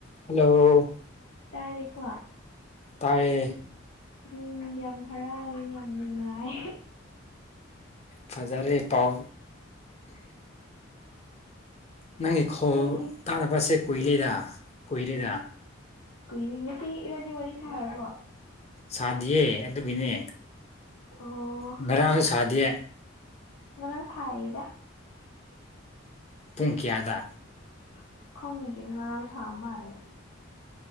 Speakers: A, on the left; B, on the left.
A: hello
B: ꯇꯥꯔꯦꯀꯣ
A: ꯇꯥꯏꯌꯦ
B: ꯎꯝ ꯌꯥꯝ ꯍꯔꯥꯎꯋꯦ ꯌꯥꯝ ꯅꯨꯡꯉꯥꯏ
A: ꯐꯖꯔꯦ ꯄꯥꯎ ꯅꯪꯒꯤ ꯈꯣꯜ
B: ꯑꯩ
A: ꯇꯔꯥ ꯕꯥ ꯁꯦ ꯀꯨꯏꯔꯦꯗ ꯀꯨꯏꯔꯦꯗ
B: ꯀꯨꯏꯔꯤ ꯉꯁꯤ ꯏꯕꯥꯅꯤ ꯋꯥꯔꯤ ꯁꯥꯔꯕꯣ
A: ꯁꯥꯗꯤꯌꯦ ꯑꯗꯨꯒꯤꯅꯦ
B: ꯑꯣ
A: ꯉꯔꯥꯡ ꯁꯥꯗꯦ
B: ꯉꯔꯥꯡ ꯁꯥꯏꯌꯦꯗꯥ <inaudible>
A: ꯄꯨꯡ ꯀꯌꯥꯗ
B: ꯈꯪꯗꯦ ꯉꯔꯥꯡ ꯁꯥꯥ ꯃꯥꯂꯦ